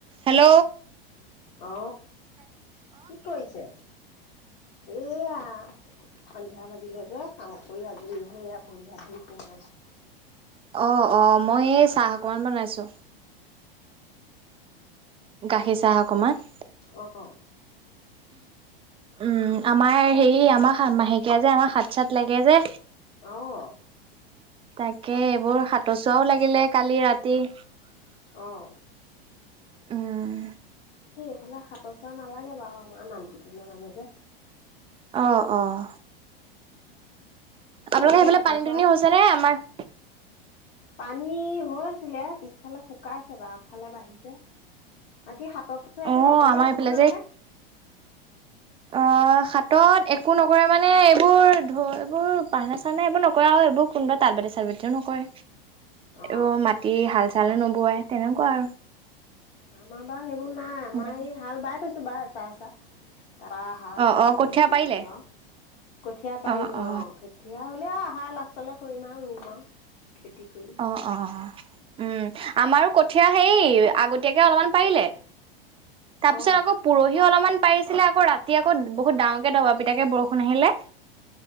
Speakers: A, on the right; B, on the left.
A: Hello
B: অ কি কৰিছে এয়া। সন্ধিয়া লাগিলে যে কাম কৰি আজৰি হৈ ভৰি হা ধুই সোমাইছোঁ।
A: অঁ, অঁ মই এ'ই চাহ অকমান বনাইছো। গাখীৰ চাহ অকমান।
B: অ',
A: উম, আমাৰ হেৰি আমাৰ মাহেকীয়া যে আমাৰ হাত, চাত লাগে যে-
B: অ',
A: তাকে এইবোৰ সাত চোৱাও লাগিলে, কালি ৰাতি। কি <unintelligible>
B: অঁহ
A: উম
B: ইফালে সাতৰচোৱা নালাগে বাৰু, আমাৰ নামঘৰীয়া মানুহ যে।
A: অঁ, অঁ আপোনালোকৰ
B: এতিয়া কি
A: সেইফালে
B: সাতৰ
A: পানী-
B: চোৱা
A: দুনি হৈছে নে? আমাৰ-
B: পানী হৈছিলে। পিছফালে শুকাইছে বা' আগফালে বাঢ়িছে। বাকী- তা'ত তো একো
A: অ
B: নকৰে
A: আমাৰ
B: আপোনালোকে?
A: এইফালে অঁ, হাতত একো নকৰে মানে, এইবোৰ ধো এইবোৰ পাৰনা-চাৰনা এইবোৰ নকৰে আৰু, এইবোৰ কোনোবা তাঁত বাতি- চাট বাতিও নকৰে।
B: অ'।
A: অঁ মাটি হা'ল- চালো - বোৱাই তেনেকুৱা আৰু।
B: আমাৰ বাৰু- সেইবোৰ নাই,
A: আৰু
B: আমাৰ এই হাল বাই থৈছে। বাৰু আচ্ছা, আচ্ছা। তাৰপৰা হাত,
A: অ
B: আঠতা
A: অ
B: লৈ
A: কঠীয়া
B: খেতি
A: পাৰিলে
B: কৰিম আউ। কঠীয়া পাৰিলো
A: অ অ
B: অঁ কঠীয়া- আহাৰ লাষ্টত লৈ কৰিম আৰু ৰুম আৰু। খেতি কৰিম
A: অঁ, অঁ, অঁ। উম। আমাৰো কঠীয়া সেই আগতে- তিয়াকে অলপমান পাৰিলে। তাৰ
B: অ
A: পিছত আকৌ পৰহি অলপমান- পাৰিছিলে। আকৌ' ৰাতি আকৌ বহুত ডাঙৰ কে দবা- পিতা কে বৰষুণ আহিলে।